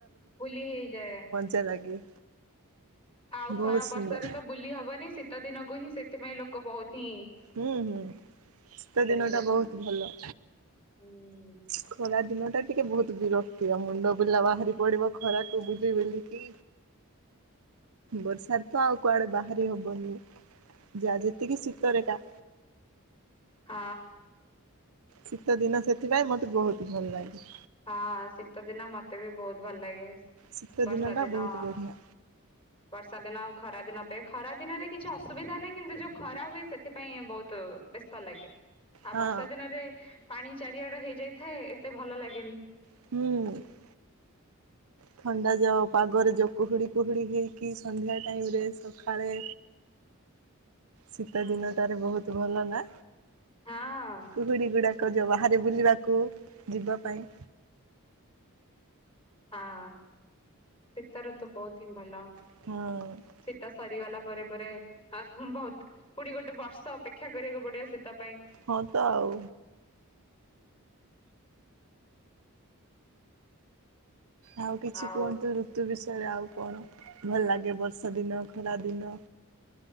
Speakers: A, on the left; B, on the right.
A: ବୁଲି ହେଇଯାଏ।
B: ଜା ଲାଗେ।
A: ଆଉ
B: ବହୁତ
A: ଖରା ବର୍ଷାରେ
B: ସୁନ୍ଦର
A: ତ ବୁଲି ହବନି ଶୀତ ଦିନକୁ ହିଁ ସେଥିପାଇଁ ଲୋକ ବହୁତ ହି
B: ହୁଁ, ହୁଁ ଶୀତ ଦିନ
A: ବୁଲାବୁଲି
B: ଟା ବହୁତ ଭଲ।
A: ହୁଁ।
B: ଖରା ଦିନ ଟା ଟିକେ ବହୁତ ବିରକ୍ତିଆ ମୁଣ୍ଡ ବୁଲା ବାହାରି ପଡିବ ଖରାକୁୁ ବୁଲି ବୁଲିକି। ବର୍ଷାରେ ତ ଆଉ କୁଆଡେ ବାହାରି ହବନି। ଯାହା ଯେତିକି ଶୀତରେ କା।
A: ହଁ।
B: ଶୀତ ଦିନ ସେଥିପାଇଁ ମୋତେ ବହୁତ ଭଲ ଲାଗେ।
A: ହଁ ଶୀତ ଦିନ ମୋତେ ବି ବହୁତ ଭଲ ଲାଗେ।
B: ଶୀତ
A: ବର୍ଷା
B: ଟା
A: ଦିନ
B: ବହୁତ ବଢିଆ।
A: ବର୍ଷା ଦିନ ଆଉ ଖରା ଦିନ ପାଇଁ ଖରା ଦିନରେ କିଛି ଅସୁବିଧା ନାହିଁ କିନ୍ତୁ ଯୋଉ ଖରା ହୁଏ ସେଥିପାଇଁ ଏ ବହୁତୁ ବ୍ୟସ୍ତ ତ ଲାଗେ, ଆଉ
B: ହଁ
A: ବର୍ଷା ଦିନରେ ପାଣି ଚାରିଆଡ ହେଇଯାଇଥାଏ ଏତେ ଭଲ ଲାଗେନି।
B: ହୁଁ। ଥଣ୍ଡା ଯୋ ପାଗରେ ଯୋଉ କୁହୁଡ଼ି କୁହୁଡ଼ି ହେଇକି ସନ୍ଧ୍ୟା ଟାଇମ୍ ରେ ସଖାଳେ ଶୀତ
A: ହୁଁ।
B: ଦିନ ଟାରେ ବହୁତ ଭଲ ନା?
A: ହଁ
B: ଗୁଡି ଗୁଡାକ ଯୋଉ ବାହାରେ ବୁଲିବାକୁ ଯିବା ପାଇଁ।
A: ହଁ ଶୀତ ଋତୁ ବହୁତ ହିଁ ଭଲ।
B: ହଁ।
A: ଶୀତ ସରିଗଲା ପରେ ପରେ ଆହ୍ ବହୁତ ପୁଣି ଗୋଟେ ବର୍ଷ ଅପେକ୍ଷା କରିବାକୁ ପଡିବ ଶୀତ ପାଇଁ।
B: ହଁ ତ ଆଉ। ଆଉ କିଛି
A: ଆଉ
B: କୁହନ୍ତୁ ଋତୁ ବିଷୟରେ ଆଉ କଣ ଭଲ ଲାଗେ ବର୍ଷା ଦିନ ଖରା ଦିନ?